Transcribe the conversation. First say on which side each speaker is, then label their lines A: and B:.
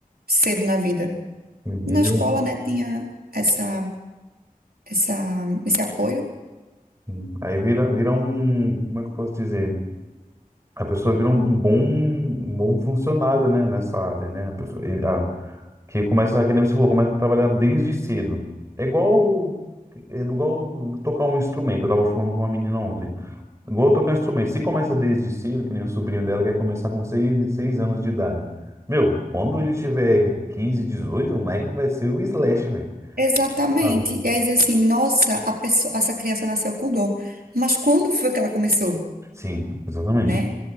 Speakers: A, on the right; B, on the right.
A: cedo na vida.
B: sim,
A: Na
B: e vira,
A: escola,
B: um-
A: né, tinha essa, essa, esse apoio
B: sim. aí vira, vira um, como é que eu posso dizer? A pessoa vira um, um bom, um bom funcionário, né, nessa área, né? A pessoa, ele- a- que começa, que nem você falou, começa a trabalhar desde cedo. É igual, é igual tocar um instrumento. Eu tava falando com uma menina ontem. Igual tocar instrumento. Se começa desde cedo, que nem o sobrinho dela quer começar com seis seis anos de idade. Meu, quando ele tiver 15 18 o moleque vai ser o Slash, velho.
A: Exatamente.
B: Sabe?
A: E aí diz assim, nossa, a pessoa, essa criança nasceu com dor. Mas quando foi que ela começou,
B: Sim, exatamente.
A: né?